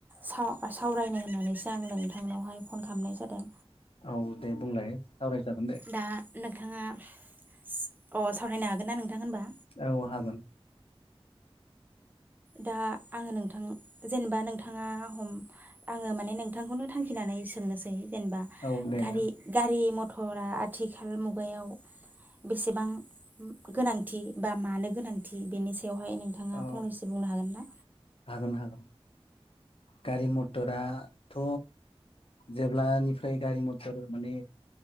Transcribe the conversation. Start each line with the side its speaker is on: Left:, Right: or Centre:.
Right: साव सावरायनो होननानैसो आं नोंथांनावहाय फन खालामनाय जादों
Left: औ दे बुंलाय सावरायजागोन दे
Right: दा नोंथाङा अ सावरायनो हागोन ना नोंथां होनबा
Left: औ हागोन
Right: दा आङो नों नोंथां जेनेबा नोंथाङा आङो माने नोंथांखौनो थांखिनानै सोंनो सै जेनेबा
Left: औ दे
Right: गारि गारि मथर गथ'फोरा आथिखाल मुगायाव बेसेबां गोनां थि बा मानो गोनांथि बेनि सायाव बेयावहायों नोथांङा
Left: औ
Right: फंनैसो बुंनो हागोन ना?
Left: हागोन हागोन गारि मथराथ' जेब्लानिफ्राय गारि मथर माने